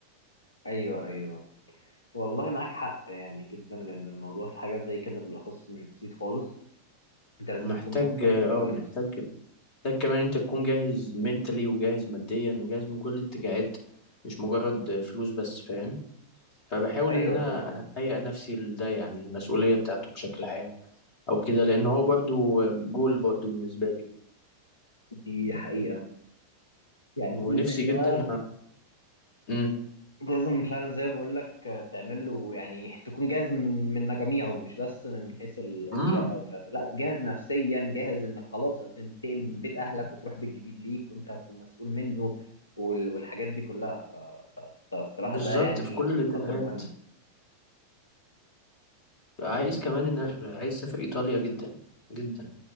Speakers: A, on the left; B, on the left.
A: ايوه ايوه والله معاك حق يعني جدا لان الموضوع في حاجة زي كده بالاخص مش بسيط خالص انت لازم
B: محتاج
A: تكون مخطط
B: اه
A: له كويس
B: محتاج محتاج كمان انت تكون جاهز منتلي وجاهز ماديا وجاهز من كل الاتجاهات مش مجرد فلوس بس فاهم فبحاول
A: ايوه
B: ان انا
A: طبعا
B: اهيئ نفسي لده يعني المسؤوليه بتاعته بشكل عام او كده لان هو برضو جول برضو بالنسبه لي
A: دي حقيقه يعني
B: ونفسي
A: جول زي ده
B: جدا امم
A: لازم فعلا زي ما بقول لك تعمل له يعني تكون جاهز من من مجاميعه مش بس من حيث ال-
B: امم
A: الشقه ومش عارف إيه. لا جاهز نفسيا جاهز انك خلاص هتنتقل من بيت اهلك وتروح بيت جديد ليك وانت هتكون مسؤول منه وال- والحاجات دي كلها ف- فالصراحه
B: بالظبط
A: ده يعني
B: في كل الاتجاهات
A: خطوه مهمه
B: عايز كمان ان أنا- عايز اسافر ايطاليا جدا جدا